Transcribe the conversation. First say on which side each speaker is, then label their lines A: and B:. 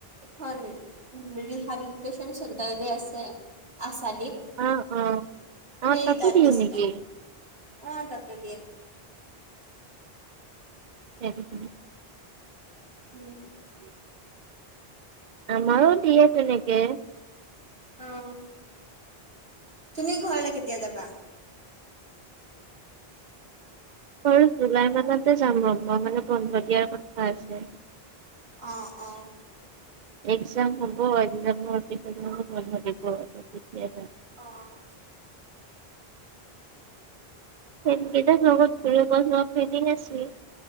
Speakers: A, on the right; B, on the right.
A: এখন ৰিহাবিলিটচন চেণ্টাৰ যে আছে আছে <unintelligible> ৰানীত,
B: অ অ আমাৰ
A: সেই
B: তাতো
A: তাত
B: দিয়ে
A: দিছিলে।
B: নেকি
A: অ' তাতে দিয়ে।
B: <unintelligible>
A: উম।
B: আমাৰো দিয়ে তেনেকে।
A: অ' তুমি ঘৰলৈ কেতিয়া যাবা।
B: ঘৰত জুলাই মানতে যাম, মই মানে বন্ধ দিয়াৰ কথা আছে।
A: অ' অ'
B: এক্সাম হ'ব এক্সামতিহত ভাল লাগিব তে <unintelligible>
A: অ'
B: েমকেইটাৰ লগত গ ফেমি আছিল <unintelligible>